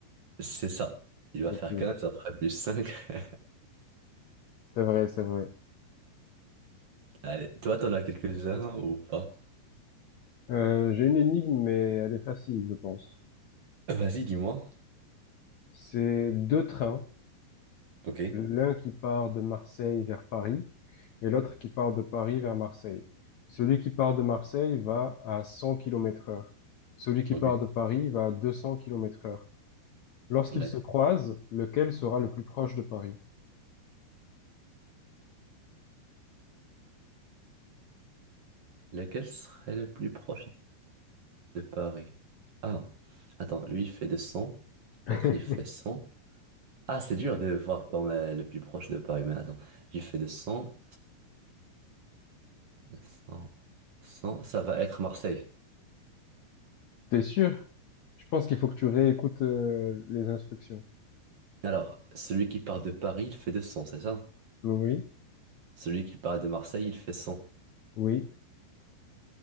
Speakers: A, on the right (about 45°); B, on the left (about 85°).
A: C'est ça. Il va
B: Ok.
A: faire quinze après plus cinq <laughs>
B: C'est vrai, c'est vrai.
A: Allez, toi, t'en as quelques-uns ou pas?
B: Euh, j'ai une énigme, mais elle est facile, je pense.
A: Vas-y, dis-moi.
B: C'est deux trains
A: Ok.
B: L'un qui part de Marseille vers Paris et l'autre qui part de Paris vers Marseille. Celui qui part de Marseille va à 100 km heure. Celui qui
A: Ok.
B: part de Paris va à 200 km heure. Lorsqu'ils
A: D'accord.
B: se croisent, lequel sera le plus proche de Paris?
A: Lequel serait le plus proche? de Paris. Ah, attends, lui il fait deux cents
B: <laughs>
A: l'autre il fait cent Ah, c'est dur de voir quand même le plus proche de Paris, mais attends, lui fait 200, cent cent cent cent, ça va être Marseille.
B: T'es sûr? Je pense qu'il faut que tu réécoutes euh, les instructions.
A: Alors, celui qui part de Paris, il fait deux cents c'est ça?
B: Oui,
A: Celui qui part de Marseille, il fait cent
B: oui,